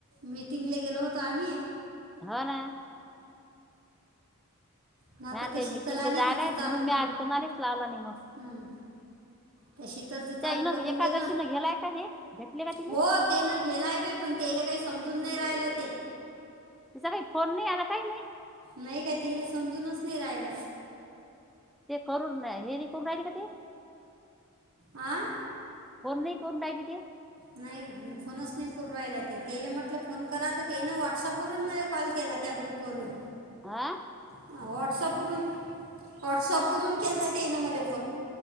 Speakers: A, on the right; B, in the centre.
A: मीटिंगला गेलो होतो आम्ही
B: हो ना
A: ना आता
B: मी
A: ती शीतल
B: मिटिंगला
A: आली
B: जायला
A: तिच
B: आहेत
A: चाल
B: म्हणून मी
A: हा
B: आज कोणालाच लावला नाही मग
A: हम्म त्या शीतलच
B: त्या
A: चालू
B: हिनं
A: करून
B: एकादशीनं
A: दिला.
B: गेलाय का हे भेटले का तिले
A: हो ते ना गेलाय बाई पण त्याला काही समजून नाही राहिलं ते.
B: तिचा काही फोन नाही आला काही नाही
A: नाही काय ते समजूनच नाही रायला.
B: ते करून हे करून राहिल का ते.
A: हां
B: कोण नाही करून राहिली ती.
A: नाही फोनच नाही करवायला ते ते म्हटलं फोन करा तर तेन व्हॉट्सअप वरून मध्ये कॉल केला. त्या त्या ग्रुप वरून
B: आं
A: व्हॉट्सअप वरून व्हॉट्सअप वरून केलतात तेन मला फोन.